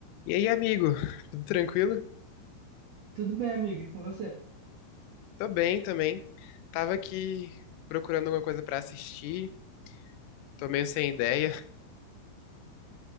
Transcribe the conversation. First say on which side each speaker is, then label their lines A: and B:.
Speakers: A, on the left; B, on the right.
A: E aí, amigo? Tudo tranquilo?
B: Tudo bem, amigo, e com você?
A: Tô bem também. Tava aqui procurando alguma coisa pra assistir, tô meio sem ideia.